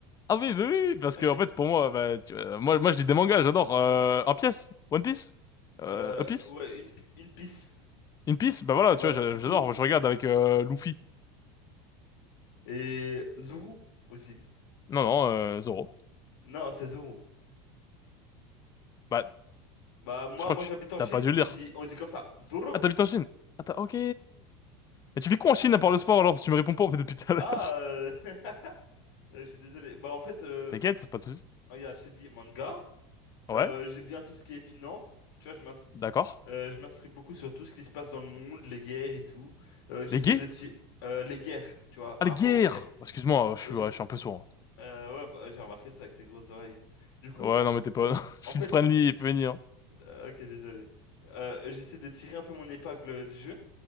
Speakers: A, on the left (about 30°); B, on the left (about 75°).
A: Ah oui, oui, oui, oui, parce
B: Ok.
A: que en fait, pour moi, bah, tu- euh, moi, moi, je lis des mangas, j'adore. Euh, un pièce, One Piece, euh,
B: Euh,
A: A Piece,
B: ouais, une, pi- une pisse.
A: Une Piece. Bah voilà,
B: Ouais,
A: tu vois, j'a-
B: du coup.
A: j'adore. Moi, je regarde avec euh, Luffy.
B: Et Zuru aussi.
A: Non, non, euh, Zoro.
B: Non, c'est Zuru.
A: Bah,
B: Bah, moi,
A: je crois
B: moi
A: que
B: j'habite
A: tu
B: en
A: t'as
B: Chine,
A: pas dû le
B: on
A: lire.
B: dit, on dit comme ça. Zuru.
A: Ah, t'habites en Chine. Ah, t'as... ok. Mais tu fais quoi en Chine à part le sport alors? Parce que tu me réponds pas en fait depuis tout à l'heure.
B: Ah, euh, <laughs> je suis désolé. Bah, en fait,
A: <laughs>
B: euh,
A: T'inquiète, pas de soucis.
B: regarde, je t'ai dit manga.
A: Ouais,
B: Euh, j'aime bien tout ce qui est finance. Tu vois, je m'ins-
A: d'accord.
B: euh, je m'instruis beaucoup sur tout ce qui se passe dans le monde, les guerres et tout. Euh, j'essaie
A: Mais gay?
B: de tirer les guerres, tu vois, par
A: Ah, le
B: rapport
A: guerre!
B: aux guerres.
A: Excuse-moi, je
B: Euh,
A: suis,
B: j'essa-
A: ouais, je suis un peu sourd.
B: euh, ouais, bah, j'ai remarqué ça avec tes grosses oreilles. Du coup,
A: hein. Ouais, non, mais t'es pas... <laughs> S'il
B: en fait,
A: te prennent, il peut venir. hein.
B: euh, ok, désolé. Euh, j'essaie de tirer un peu mon épingle du jeu,